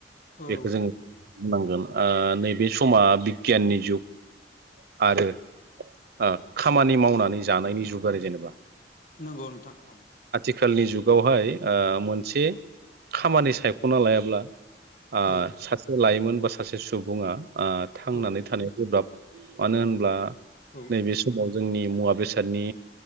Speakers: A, on the left; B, on the right.
A: औ
B: बेखौ जोङो
A: औ औ
B: बुंनांगोन ओ नैबे समा बिगियाननि जुग आरो ओ खामानि मावनानै जानायनि जुग आरो जेनेबा
A: नंगौ नोंथां औ
B: खालनि जुगावहाय ओ मोनसे खामानि सायख'ना लायाब्ला ओ
A: औ
B: सासे लाइमोन बा सासे सुबुङा ओ थांनानै
A: औ
B: थानाया गोब्राब मानो होनब्ला
A: औ
B: नैबे समाव जोंनि मुवा बेसादनि